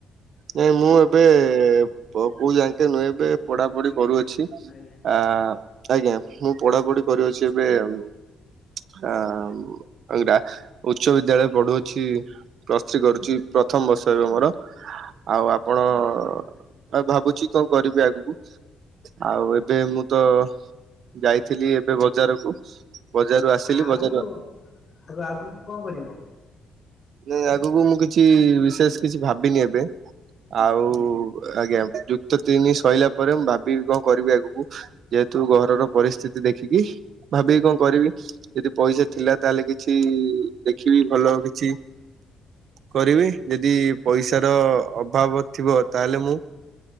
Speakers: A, on the right; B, on the left.
A: ନାଇଁ ମୁଁ ଏବେ-ଏ-ଏ କୋଉ ଯାଇକେ ନୁହେଁ ଏବେ ପଢାପଢି କରୁଅଛି।
B: ଆଜ୍ଞା
A: ଆ-ଆ-ଆ-ଆ ଆଜ୍ଞା ମୁଁ ପଢାପଢି କରୁଅଛି ଏବେ ଆ-ଆ-ଆ-ମ୍ ଇଟା ଉଚ୍ଚ ବିଦ୍ୟାଳୟ ପଢୁଅଛି ପ୍ଲସ ଥ୍ରୀ କରୁଛି ପ୍ରଥମ ବର୍ଷ ଏବେ ମୋର। ଆଉ ଆପଣ-ଅ-ଅ-ଅ-ଅ
B: ଆଜ୍ଞା
A: ଭାବୁଛି କଣ କରିବି ଆଗକୁ ଆଉ ଏ ଏବେ ମୁଁ
B: ଆଜ୍ଞା
A: ତ ଯାଇଥିଲି ଏବେ ବଜାରକୁ। ବଜାରରୁ ଆସିଲି
B: ଆ-ଆ-ଆ
A: ବଜାରରୁ
B: ଆଗକୁ ଆଗ ଆଗକୁ କଣ କରିବ?
A: ନା ଆଗକୁ ମୁଁ କିଛି-ଇ-ଇ-ଇ ବିଶେଷ କିଛି ଭାବିନି ଏବେ। ଆଉ-ଉ-ଉ-ଉ
B: ଆଜ୍ଞା
A: ଆଜ୍ଞା ଯୁ କ୍ତ ତିନି ସରିଲା ପରେ ମୁଁ ଭାବିବି କଣ କରିବି ଆଗକୁ। ଯେହେତୁ ଘରର ପରିସ୍ଥିତି ଦେଖିକି ଭାବିକି କଣ କରିବି।
B: ଆଜ୍ଞା
A: ଯଦି ପଇସା ଥିଲା ତାହେଲେ କିଛି-ଇ-ଇ-ଇ ଦେଖିବି ଭଲ କିଛି କରିବି ଯଦି ପଇସାର ଅଭାବ ଥିବ ତାହେଲେ ମୁଁ